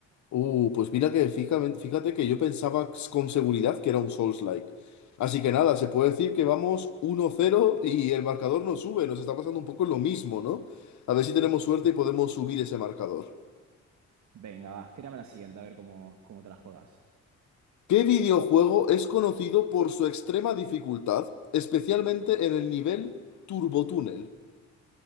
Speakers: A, on the left (about 70°); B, on the right (about 65°).
A: Uh, pues mira que fíjame- fíjate, que yo pensaba con seguridad que era un Souls-like. Así que nada, se puede decir que vamos uno cero y el marcador no sube. Nos está pasando un poco lo mismo, ¿no? A ver si tenemos suerte y podemos subir ese marcador.
B: Venga, va, tírame la siguiente, a ver cómo, cómo te la juegas.
A: ¿Qué videojuego es conocido por su extrema dificultad, especialmente en el nivel Turbotúnel?